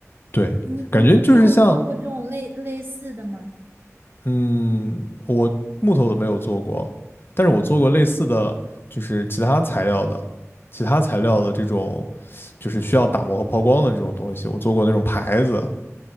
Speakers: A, on the left (about 45°); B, on the right (about 45°).
A: 对，
B: 你你你有做过这种类类似的吗？
A: 感觉就是像，嗯，我木头的没有做过，但是我做过类似的，就是其他材料的，其他材料的这种，就是需要打磨和抛光的这种东西，我做过那种牌子，